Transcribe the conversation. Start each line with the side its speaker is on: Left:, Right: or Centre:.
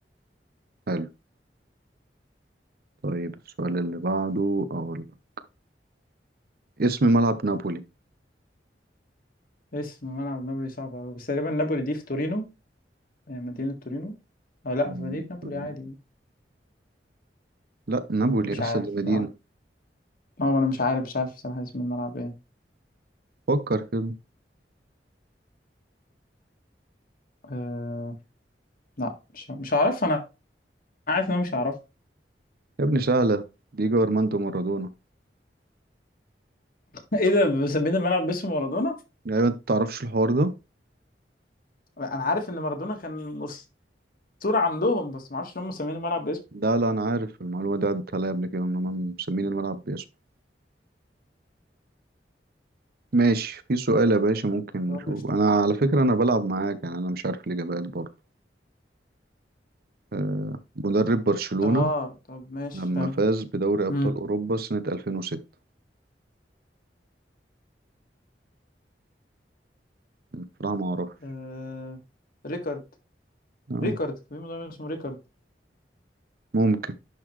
Right: حلو طيب السؤال اللي بعده اقول لك اسم ملعب نابولي
Left: اسم ملعب نابولي صعب أوي بس تقريبا نابولي دي في تورينو يعني مدينة تورينو أو لا
Right: مدينة
Left: في مدينة نابولي
Right: تورينو
Left: عادي
Right: لا نابولي
Left: مش
Right: لسه
Left: عارف
Right: دي مدينة
Left: لا أه أنا مش عارف مش عارف صراحة اسم الملعب إيه
Right: فكر كده
Left: أه... لا مش مش هعرف أنا عارف إن أنا مش هعرف <laughs>
Right: يا ابني سهلة ديجو أرماندو مارادونا
Left: إيه ده مسمين الملعب باسم مارادونا؟
Right: أيوة أنت متعرفش الحوار ده؟
Left: لا، أنا عارف إن مارادونا كان أسطورة عندهم بس ما أعرفش إن هم مسمين الملعب باسمه
Right: لا لا أنا عارف المعلومة دي عدت عليا قبل كده إن هما مسمين الملعب باسمه ماشي في سؤال يا باشا ممكن
Left: طب
Right: نشوف
Left: قشطة
Right: أنا على فكرة أنا بلعب معاك يعني أنا مش عارف الإجابات برضه آه، مدرب برشلونة
Left: أه طب ماشي
Right: لما
Left: حلو
Right: فاز بدوري أبطال
Left: مم.
Right: أوروبا سنة 2006 بصراحة ما أعرفش
Left: أه... ريكارد
Right: آه،
Left: ريكارد في مدرب اسمه ريكارد
Right: ممكن